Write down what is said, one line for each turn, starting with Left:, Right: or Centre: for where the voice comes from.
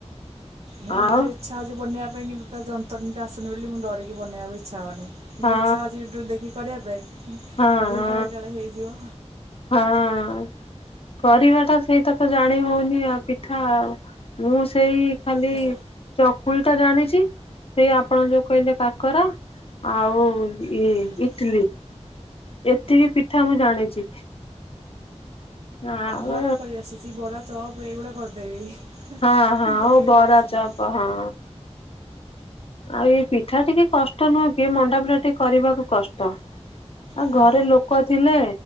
Right: ହେରା
Left: ଆଉ
Right: ଭାରି ଇଚ୍ଛା ହଉଛି ବନେଇବା ପାଇଁ କିନ୍ତୁ ତା ଯନ୍ତଣି ଟା ଆସୁନି ବୋଲି ମୁ ଡରିକି ବନେଇବାକୁ ଇଛା ହଉନି। କିନ୍ତୁ
Left: ହଁ
Right: ଇଚ୍ଛା ହେଉଛି ୟୁଟ୍ୟୁବ ଦେଖିକି କରିବା ପାଇଁ
Left: ହଁ
Right: ଭୁଲ ଭାଲ କାଳେ ହେଇଯିବ।
Left: ହଁ ଆଁ। କରିବାଟା ସେଇଟା ତ ଜାଣି ହଉନି ଆଉ ପିଠା ଆଉ ମୁଁ ସେଇ ଖାଲି
Right: ହଁ।
Left: ଚକୁଳିଟା ଜାଣିଚି ସେ ଆପଣ ଯୋଉ କହିଲେ କାକରା ଆଉ
Right: ହୁଁ
Left: ଇ ଇଟିଲି। ଏତିକି ପିଠା ମୁଁ ଜାଣିଛି। ଆଉ
Right: ବରା କରି ଆସିଛି ବରା ଚପ୍ ଏଇଗୁଡା କରିଦେବି।
Left: ହଁ ହଁ
Right: କିନ୍ତୁ ହେଇଗୁଡ଼ା
Left: ଓ ବରା
Right: ଆସିନି
Left: ଚପ ହଁ। ଆଉ ଏଇ ପିଠା ଟିକେ କଷ୍ଟ ନୁହେଁ କି ଏ ମଣ୍ଡାପିଠା ଟିକେ କରିବାକୁ କଷ୍ଟ। ଆଉ
Right: ହଁ।
Left: ଘରେ ଲୋକ ଥିଲେ